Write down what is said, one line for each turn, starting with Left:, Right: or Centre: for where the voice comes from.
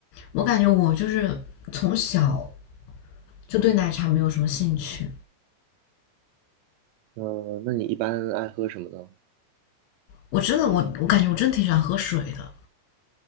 Left: 我感觉我就是从小就对奶茶没有什么兴趣。
Right: 呃，那你一般爱喝什么呢？
Left: 我真的我我感觉我真挺喜欢喝水的。